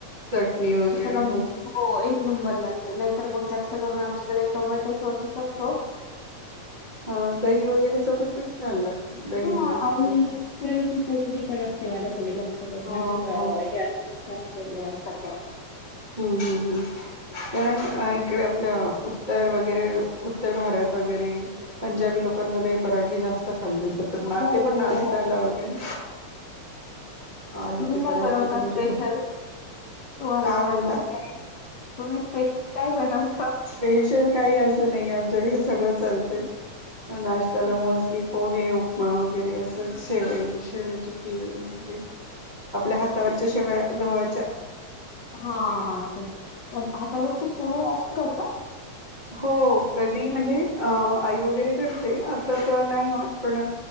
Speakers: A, on the right; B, on the left.
A: चटणी वगैरे
B: न हो एक नंबर लागते नाहीतर मग जास्त करून आम जडेे टोमॅटो सॉस सतो
A: हा दही वगैरे सोबत पण छान लागते दहीला
B: ह आणि
A: दही
B: ते चटणी पण असते माझ्याक जास्त करून
A: हो
B: असे हे
A: हो
B: असतात मराठे व असतात ते
A: हम्म हम्म हम्म कारण इकडे आपलं उत्तर वगैरे उत्तर भारत वगैरे पंजाबी लोकांमध्ये पराठे जास्त खाल्ली सतत नाते
B: हो
A: पण
B: हो
A: नाचतायला
B: हो.
A: वगैरे आलू
B: तुम्ही
A: क
B: काय
A: पराठे
B: बनवता
A: ते
B: स्पेशल
A: म्हणजे
B: तुम्हाला
A: काय
B: आवडणार
A: म्हणता
B: काय तुम्ही स्पेशल काय बनवता?
A: स्पेशल काही असं नाही आमच्याकडे सगळं चालत नाश्त्याला मोस्ट ली पोहे उपमा वगैरे असं शेवई शेवायची खीर वै आपल्या हातावरच्या शिवाय गव्हाच्या
B: हा ते पण हातावरच शेवय असून करता
A: हो कधी म्हणजे अ आई वगैरे करते आता तर नाही होत पण